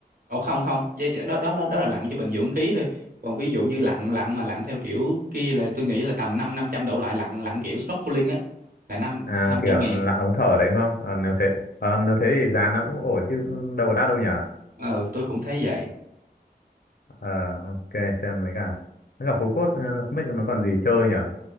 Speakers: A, on the right (about 60°); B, on the left (about 65°).
A: ồ không không giá, giá- đó đó là đó là lặn cho bình dưỡng khí thôi còn ví dụ như lặn lặn mà lặn theo kiểu kia là tôi nghĩ là tầm năm năm trăm đổ lại lặn lặn kiểu snorkeling á là năm
B: À,
A: năm
B: kiểu
A: trăm ngàn
B: lặn ống thở đấy đúng không? Ờ, nếu thế, ờ, nếu thế thì giá nó cũng ổn chứ đâu có đắt đâu nhở?
A: ờ tôi cũng thấy vậy
B: Ờ, ok, xem mấy cả. Mấy cả Phú Quốc, ờ, không biết nó còn gì chơi nhở?